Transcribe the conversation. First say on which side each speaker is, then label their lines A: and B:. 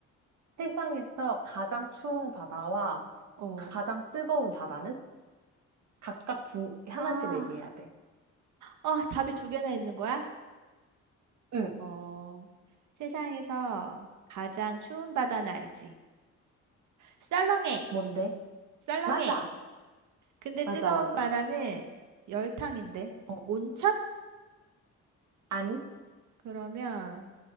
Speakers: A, on the right (about 65°); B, on the right (about 80°).
A: 세상에서 가장 추운 바다와
B: 어.
A: 가장 뜨거운 바다는 각각 두, 하나씩
B: 아,
A: 얘기해야 돼.
B: 아, 답이 두 개나 있는 거야?
A: 응,
B: 어, 세상에서 가장 추운 바다는 알지? 썰렁해,
A: 뭔데?
B: 썰렁해.
A: 맞아!
B: 근데
A: 맞아,
B: 뜨거운
A: 맞아.
B: 바다는 열탕인데?
A: 어,
B: 온천?
A: 아니?
B: 그러면,